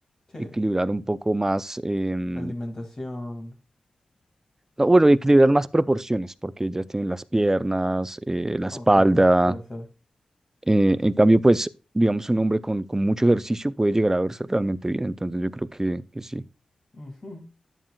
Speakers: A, on the left; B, on the right.
A: sí.
B: equilibrar un poco más, em,
A: La alimentación.
B: no, bueno, equilibrar más proporciones porque ellas tienen las piernas, eh, la
A: Oh,
B: espalda.
A: claro, puede ser.
B: eh, en cambio, pues, digamos, un hombre con, con mucho ejercicio puede llegar a verse realmente bien. Entonces, yo creo que, que sí.
A: Ujú.